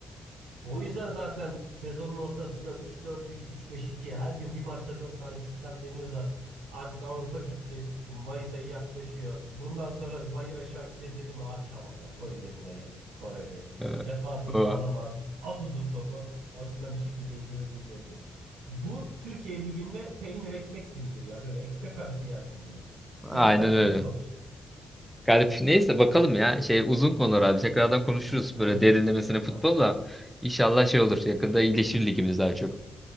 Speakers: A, on the right (about 80°); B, in the centre.
A: O yüzden zaten sezonun ortasında 3-4-3, 3-5-2 her gün bir maçta 4 tane sistem deniyor da artık Avrupa gitti. Mayıs ayı yaklaşıyor. Bundan sonra bayır aşağı gideceğiz dedim abi tamam ya koy Lemina'yı, Torreira'yı.
B: Ee,
A: Defansı sağlam
B: o-
A: at. At uzun topu. Osimhen bir şekilde indirir bu golü bulur. Bu Türkiye Ligi'nde peynir ekmek gibidir ya. Böyle ekmek arası yersin bunu. Senelerce
B: Aynen öyle.
A: de çalışır.
B: Garip. Neyse bakalım ya. Şey uzun konular abi. Tekrardan konuşuruz
A: Evet.
B: böyle derinlemesine futbolla.
A: Tamam.
B: İnşallah şey olur. Yakında iyileşir ligimiz daha çok.